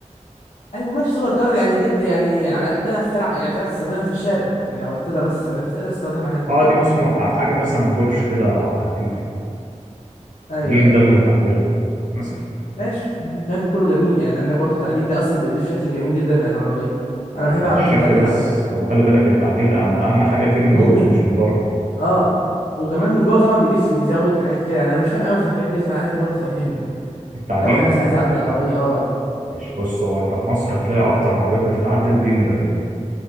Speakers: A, on the left; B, on the right.
A: ايوه ماشي سوبر كار يعني ديت يعني على الاقل تعرف تلعب يعني تعرف تستخدمها في الشارع يعني لو تقدر مثلا تستخدمها تقدر تستخدمها عادي
B: اه دي مسموحه حاجه مثلا بورش كده خفيف
A: ايوه
B: ليه مدبي
A: ايوه
B: ومتعدله مثلا
A: ماشي الكلام ده كله جميل يعني عندك برضو التعديل ده اصلا بيضيف شكل جميل جدا للعربيه انا بحب
B: مش
A: العربيات
B: شكل
A: المتعدله
B: بس
A: على فكره
B: هو خلي بالك التعديل اهم اهم حاجه فيه من
A: ممكن
B: جوه مش من بره
A: اه وكمان من جوه طبعا بيضيف بيزود الحاجات كده يعني انا مش فاهم قوي في الحاجات ديت فانا عايزك برضو تفهمني
B: التعديل
A: لو واحد مثلا عايز يعدل
B: ماشي
A: العربيه اه
B: ماشي بص هو انت في مصر هتلاقي اكتر عربيات بتتعدل البي ام دبليو